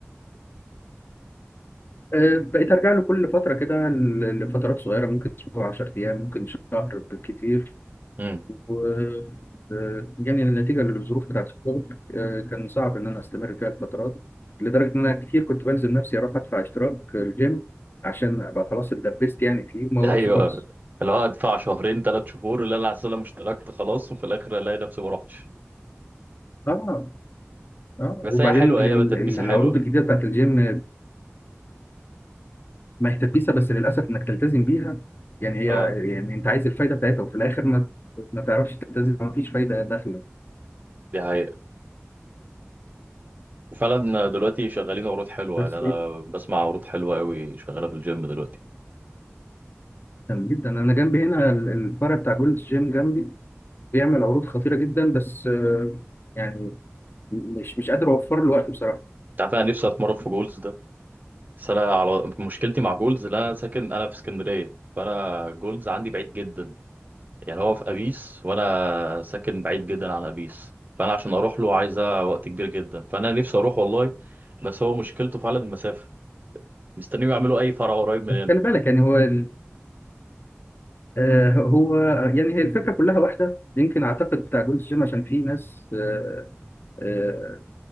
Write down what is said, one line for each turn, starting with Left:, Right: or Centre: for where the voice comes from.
Left: آه، بقيت ارجع له كل فتره كده ل- لفترات صغيره ممكن اسبوع 10 ايام ممكن شهر بالكتير
Right: مم.
Left: و آه، يعني النتيجه للظروف بتاعت الشغل آه، كان صعب ان انا استمر فيها الفترات لدرجه ان انا كتير كنت بلزم نفسي اروح ادفع اشتراك الجيم عشان ابقى خلاص اتدبست يعني فيه وما اروحش
Right: ايوه
Left: خالص
Right: اللي هو ادفع شهرين ثلاث شهور اللي انا على مش اشتركت خلاص وفي الاخر الاقي نفسي ما رحتش
Left: اه اه
Right: بس
Left: وبعدين
Right: هي حلوه
Left: ال-
Right: هي
Left: ال-
Right: تدبيسه
Left: ال- العروض
Right: حلوه
Left: الجديده بتاعت الجيم ما هي تدبيسه بس للاسف انك تلتزم بيها يعني هي
Right: اه
Left: يعني انت عايز الفايده بتاعتها وفي الاخر ما ما تعرفش تلتزم ما فيش فايده داخله
Right: دي حقيقة وفعلا دلوقتي شغالين عروض حلوه
Left: بس
Right: يعني انا
Left: جدا
Right: بسمع عروض حلوه قوي شغاله في الجيم دلوقتي
Left: جدا انا جنبي هنا ال- الفرع بتاع جولد جيم جنبي بيعمل عروض خطيره جدا بس آه، يعني مش مش قادر اوفر له وقت بصراحه
Right: انت عارف انا نفسي اتمرن في جولز ده بس انا على مشكلتي مع جولز اللي انا ساكن انا في اسكندريه فانا جولز عندي بعيد جدا يعني هو في ابيس وانا ساكن بعيد جدا عن ابيس فانا عشان اروح له عايزه وقت كبير جدا فانا نفسي اروح والله بس هو مشكلته فعلا المسافه مستنيهم يعملوا اي فرع قريب من
Left: بس
Right: هنا
Left: خلي بالك يعني هو ال- آه، هو يعني هي الفكره كلها واحده يمكن اعتقد بتاع جولد جيم عشان في ناس آه، آه،